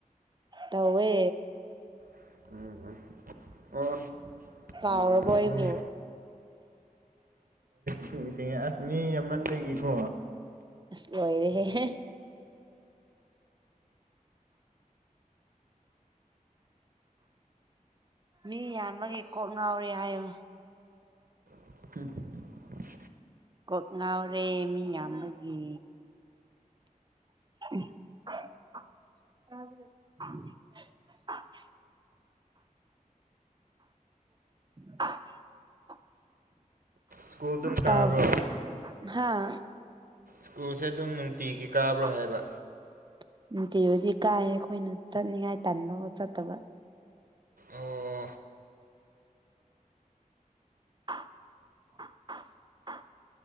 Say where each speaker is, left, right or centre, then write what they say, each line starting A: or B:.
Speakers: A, on the right; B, on the right.
A: ꯇꯧꯋꯦ
B: ꯎꯝ ꯎꯝ ꯑꯣ
A: ꯀꯥꯎꯔꯕꯣ
B: ꯑꯥ
A: ꯑꯩꯕꯨ
B: ꯈꯪꯉꯦ ꯁꯤꯡꯁꯤꯡꯉꯦ ꯑꯁ ꯃꯤ ꯑꯃꯅꯤꯒꯤꯀꯣ
A: ꯑꯁ ꯂꯣꯏꯔꯦꯍꯦ ꯍꯦ ꯃꯤ ꯌꯥꯝꯕꯒꯤ ꯀꯣꯛ ꯉꯥꯎꯔꯦ ꯍꯥꯏꯌꯦ
B: <inaudible>
A: ꯀꯣꯛ ꯉꯥꯎꯔꯦ ꯃꯤ ꯌꯥꯝꯕꯒꯤ <unintelligible> <unintelligible>
B: ꯁ꯭ꯀꯨꯜ ꯑꯗꯨꯝ
A: ꯇꯕꯔꯣ
B: ꯀꯥꯕ꯭ꯔꯣ
A: ꯍꯥꯥ
B: ꯁ꯭ꯀꯨꯜꯁꯦ ꯑꯗꯨꯝ ꯅꯨꯡꯇꯤꯒꯤ
A: <unintelligible>
B: ꯀꯥꯕ꯭ꯔꯣ ꯍꯥꯏꯕ
A: ꯅꯨꯡꯇꯤꯕꯨꯗꯤ ꯀꯥꯏꯌꯦ ꯑꯩꯈꯣꯏꯅ ꯆꯠꯅꯤꯉꯥꯏ ꯇꯟꯕ ꯆꯠꯇꯕ
B: ꯑꯣ
A: <unintelligible>